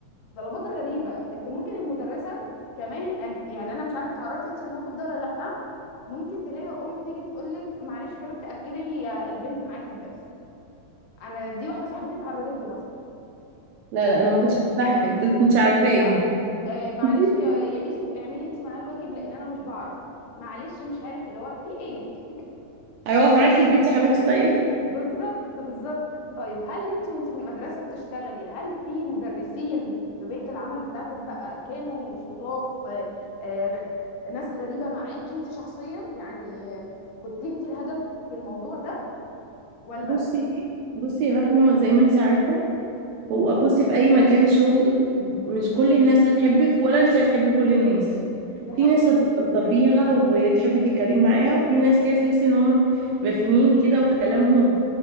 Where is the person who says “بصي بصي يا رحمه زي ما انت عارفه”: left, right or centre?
Right